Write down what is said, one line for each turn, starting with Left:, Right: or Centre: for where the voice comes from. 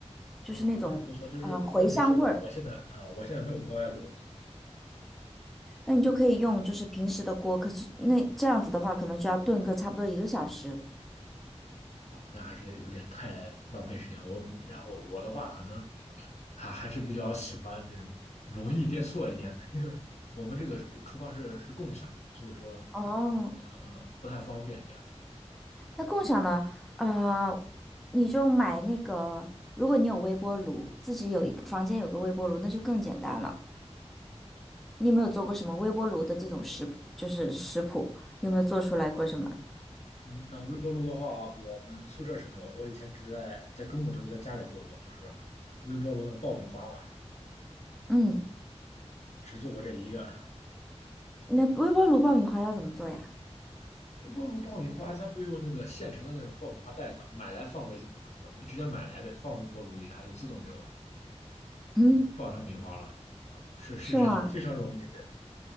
Centre: 就是那种呃茴香味儿。
Left: 哇，但是不错，就是问题是我我现在啊、我现在没有高压锅，
Centre: 那你就可以用就是平时的锅，可是那这样子的话，可能就要炖个差不多一个小时。
Left: 那还是有点太浪费时间。我然后我的话可能还还是比较喜欢那种容易电错一点的，因为我们这个厨房是是共享的，所以说
Centre: 哦，
Left: 呃不太方便这样子。
Centre: 那共享呢？呃，你就买那个，如果你有微波炉，自己有一个房间有个微波炉，那就更简单了。你有没有做过什么微波炉的这种食谱？就是食谱，有没有做出来过什么？
Left: 嗯呃，微波炉的话，我们宿舍是没有的我以前只在在中国的时候在家里做过，就是微波炉那个爆米花嘛，
Centre: 嗯，
Left: 只做过这一个。
Centre: 那微波炉爆米花要怎么做呀？
Left: 微波炉爆米花它不用那个现成的那种爆米花袋子，买来放微呃直接买来呗，放微波炉里，它就自动就
Centre: 嗯，
Left: 呃爆成米花了。是是这样的，
Centre: 是吗？
Left: 非常容易。对，